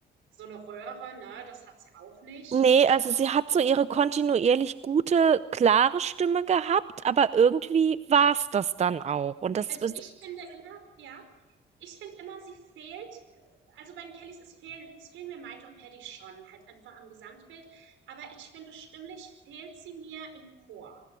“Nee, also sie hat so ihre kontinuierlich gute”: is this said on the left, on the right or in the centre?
Right